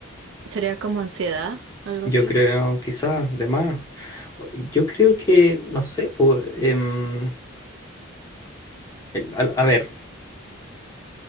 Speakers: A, on the right; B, on the left.
A: Sería como ansiedad, algo
B: Yo
A: así.
B: creo, quizás, de más. O- Yo creo que, no sé, pues, em, el- a, a ver.